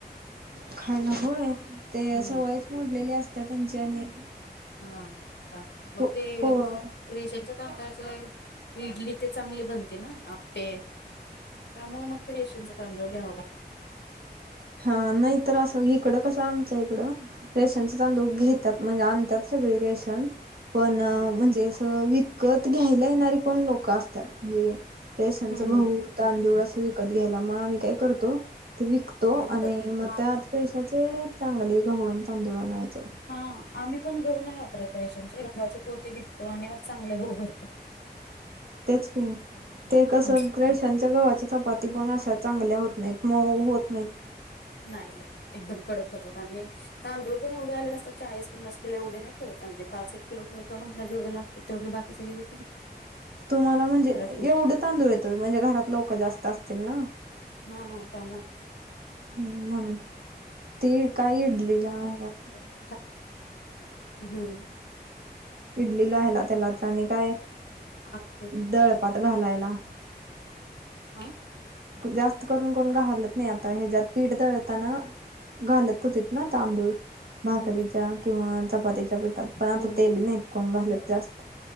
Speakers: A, on the right; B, on the left.
A: खायाला होय, ते
B: हम्म
A: सवयच मोडलेली असत्या त्यांची आणि
B: हा हा हा मग
A: हो
B: ते
A: हो
B: रेशनच्या तांदळाचे इडली ते चांगली बनते ना, आप्पे त्यामुळे मग ते रेशनचा तांदूळ घ्यावा लाग
A: हा, नाहीतर असं इकडं कसं आमच्या ईकडं रेशनच तांदूळ घेत्यात, म्हणजे आणतात सगळी रेशन पण
B: हम्म
A: म्हणजे असं विकत घ्यायला येणारी पण लोकं असत्यात म्हणजे रेशनच
B: हम्म
A: गहू, तांदूळ
B: हम्म
A: असं विकत घ्यायला, म आम्ही काय करतो ते विक तो
B: विकत
A: आणि म
B: हा
A: त्याच
B: हा.
A: पैशाचे चांगले गहू आणि तांदूळ आणायच.
B: हा आम्ही पण गहू नाही वापरत रेशनचे, गव्हाचे पोते विकतो आणि मग चांगले गहू भरतो.
A: तेच की, ते कसं
B: हम्म
A: रेशनच्या गव्हाच चपाती पण अशा चांगल्या होत नाहीत मऊ होत नाहीत.
B: <unintelligible> एकदम कडक होतात, आणि तांदूळ पण एवढे आलेले असतात च्याळीस, पन्नास किलो एवढे नाही ठेवत आम्ही, पाच एक किलो ठेवत तो, आम्हाला जेवढं लागतं तेवढं बाकी सगळं वी
A: तुम्हाला म्हणजे
B: ठेवून
A: एवढे तांदूळ येतोय म्हणजे घरात लोक जास्त असतील ना?
B: हां, त्यामुळं.
A: हम म्हणून, ती काय इटलीला ह्याला
B: <unintelligible> हमं.
A: इडलीला, हेला, त्यालाच आणि काय
B: आप्पे
A: दळपात घालायला.
B: आं?
A: जास्त करून कोण घालत नाही आता हेच्यात पीठ दळताना घालत होतीत ना तांदूळ. भाकरीच्या
B: हो
A: किंवा चपातीच्या पिठात पण आता
B: हो
A: ते बी नाहीत कोण घालत जास्त.